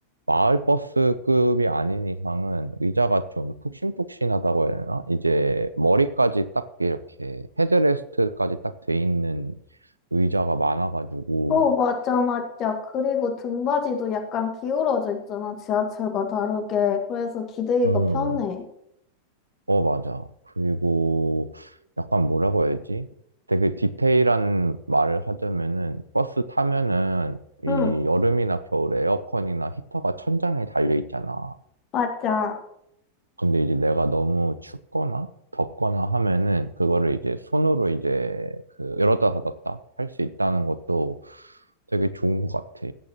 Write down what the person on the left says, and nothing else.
어, 맞아, 맞아. 그리고 등받이도 약간 기울어져 있잖아, 지하철과 다르게. 그래서 기대기가
편해.
응,
맞아.